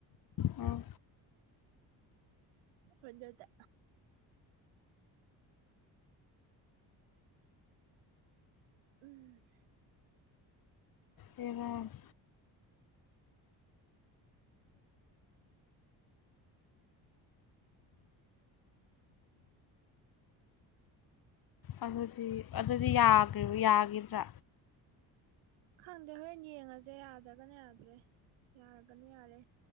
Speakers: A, on the left; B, on the right.
A: ꯑꯥ
B: ꯈꯣꯟꯖꯦꯜꯇ ꯎꯝ.....
A: ꯌꯦꯡꯉꯣ ꯑꯗꯨꯗꯤ ꯑꯗꯨꯗꯤ ꯌꯥꯈꯤ ꯌꯥꯈꯤꯗ꯭ꯔꯥ
B: ꯈꯪꯗꯦ ꯍꯣꯔꯦꯟ ꯌꯦꯡꯉꯁꯦ ꯌꯥꯗꯔꯥꯒꯅ ꯌꯥꯗ꯭ꯔꯦ ꯌꯥꯔꯒꯅ ꯌꯥꯔꯦ